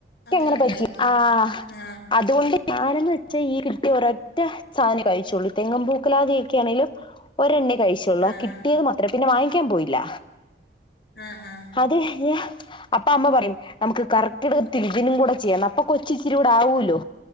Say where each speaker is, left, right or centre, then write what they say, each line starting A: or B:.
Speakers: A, on the left; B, on the left.
A: അങ്ങനെ
B: ക്കങ്ങനെ
A: ഉണ്ടായിരുന്നെന്ന്
B: പറ്റി ആഹ്
A: ആ
B: അതുകൊണ്ട് ഞാനന്ന് വെച്ചാ ഈ കിട്ടിയ ഒരറ്റ സാധന കഴിചുള്ളു തെങ്ങിൻപൂക്കലാദിയൊക്കെയാണെലും ഒരെണ്ണേ കഴിച്ചുള്ളു
A: ആഹാ
B: ആഹ് കിട്ടിയത് മാത്രമേ പിന്നെ വാങ്ങിക്കാൻ പോയില്ല
A: ആഹ് ആഹ്
B: അത് ഏഹ് അപ്പം അമ്മ പറയും നമുക്ക് കർക്കിടകത്തിൽ ഇതിനും കൂടെ ചെയ്യാം അപ്പൊ കൊച്ച് ഇച്ചിരി കൂടെ ആവൂല്ലോ